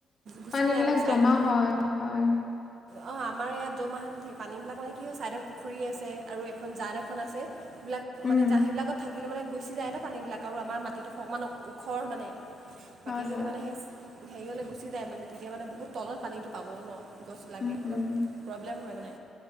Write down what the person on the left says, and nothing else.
পানীবিলাক
জমা হয়, হয়। <unintelligible>
উম,
হয়,
হয়,
উম, উম।